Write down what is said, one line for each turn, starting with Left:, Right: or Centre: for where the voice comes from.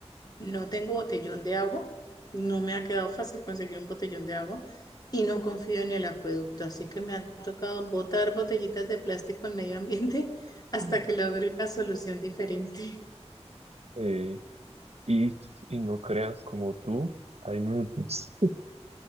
Left: No tengo botellón de agua, no me ha quedado fácil conseguir un botellón de agua y no confío en el acueducto, así que me ha tocado botar botellitas de plástico al medio ambiente <laughs> hasta
Right: Mm.
Left: que logre una solución diferente.
Right: Eh, y, y no creas como tú, hay muchos. <laughs>